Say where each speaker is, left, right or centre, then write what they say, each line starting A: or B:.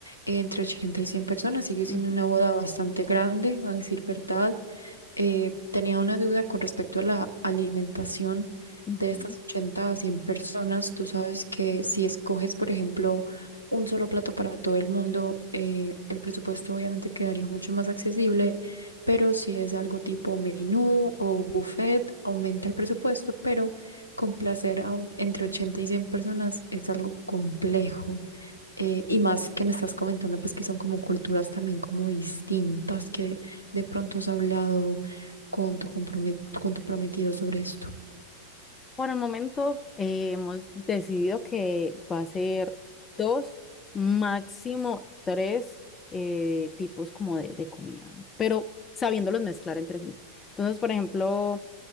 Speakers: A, on the left; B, on the left.
A: entre 80 y 100 personas, sigue siendo
B: Ujú,
A: una boda bastante grande, a decir verdad. Eh, tenía una duda con respecto a la alimentación
B: ujú.
A: de estas 80 a 100 personas. Tú sabes que si escoges, por ejemplo, un solo plato para todo el mundo, eh, el presupuesto obviamente quedaría mucho más accesible, pero si es algo tipo menú o buffet, aumenta el presupuesto, pero complacer a un- entre 80 y 100 personas es algo complejo. eh, y más que me estás comentando, pues que son como culturas también como distintas, que de pronto has hablado con tu compromet- con tu prometido sobre esto.
B: Por el momento eh, hemos decidido que va a ser dos, máximo tres eh, tipos como de, de comida, pero sabiéndolos mezclar entre sí. Entonces, por ejemplo,